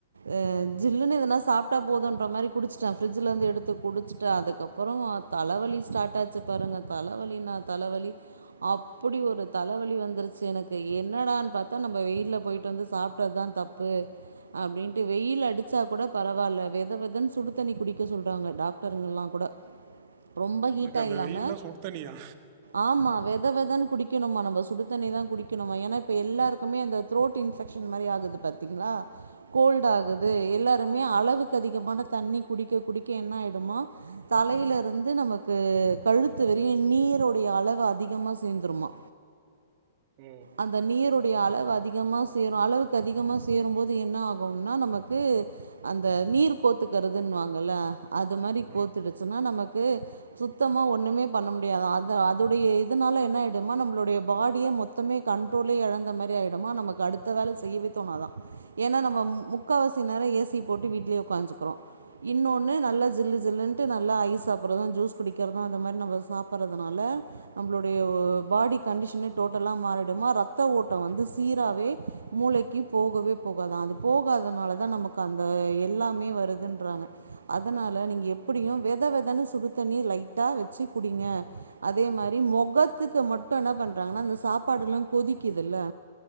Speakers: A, on the right; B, on the right.
A: அ ஜில்லுனு எதுனா சாப்ட்டா போதுன்ற மாரி குடிச்சிட்டே ஃப்ரிட்ஜுலந்து எடுத்து குடிச்சுட்டே அதுக்கப் பறோ தலவலி ஸ்டாட் ஆச்சு பாருங்க தல வலினா தல வலி அப்புடி ஒரு தலவலி வந்துருச்சு எனக்கு என்னடான் பாத்தா நம்ப வெயில்ல போயிட்டு வந்து சாப்ட்டதுதா தப் பு அப்டின்ட்டு வெயில் அடிச்சா கூட பரவால்ல வெத வெதன் சுடு தண்ணி குடிக்க சொல்றாங்க டாக்டருங்கல்லா கூட. ரொம்ப
B: என்னக்கா
A: ஹீட்டா
B: இந்த
A: இல்லாம
B: வெயில்ல சுடு தண்ணியா
A: ஆமா வெத வெதன் குடிக்கணுமா நம்ப சுடுதண்ணிதா குடிக்கணுமா ஏனா இப்ப எல்லாருக்குமே அந்த த்ரோட் இன்ஃபெக்ஷன் மாரி ஆகுது பாத்தீங்களா கோல்டு ஆகுது எல்லாருமே அளவுக்கு அதிகமான தண்ணி குடிக்க குடிக்க என்ன ஆயிடுமா தலையில இருந்து நமக்கு கழுத்து வறியு நீரோடைய அளவு அதிகமா சேந்துருமா
B: ம்
A: அந்த நீருடைய அளவு அதிகமா சேரு அளவுக்கு அதிகமா சேரும்போது என்ன ஆகும்னா நமக்கு அந்த நீர் கோத்துக்கிறதுன்னு வாங்கல்ல அது மாரி கோத்துடுச்சுன்னா
B: ஆ
A: நமக்கு சுத்தமாக ஒன்னுமே பண்ண முடியாது அது அதுடைய இதுனால என்ன ஆயிடுமா நம்பளுடைய பாடியே மொத்தமே கண் ட்ரோலே எழந்த மாரி ஆயிடுமா நமக்கு அடுத்த வேல செய்யவே தோணாதா ஏனா நம்ம முக்கவாசி நேரோ ஏசி போட்டு வீட்லயே உக்ககாஞ்சுக்கிறோ இன்னொன்னு நல்லா ஜில்லு ஜில்லுன்ட்டு நல்லா ஐஸ் சாப்பட்றது ஜூஸ் குடிக்கிறது அந்த மாரி நம்ப சாப்பட்றதுனால நம்பளுடைய ஓ பாடி கண்டிஷனே டோட்டலா மாறிடுமா ரத்த ஓட்டோ வந்து சீராவே மூளைக்கி போகவே போகாதா அது போகாதனால தா நமக்கு அந்த எல்லாமே வருதுன்றாங்க அதனால நீங்க எப்டியு வெத வெதனு சுடுதண்ணி லைட்டா வச்சு குடிங்க அதே மாரி மொகத்துக்கு மட்டு என்ன பண்றாங்கனா அந்த சாப்பாடுல்லா கொதிக்குதுல்ல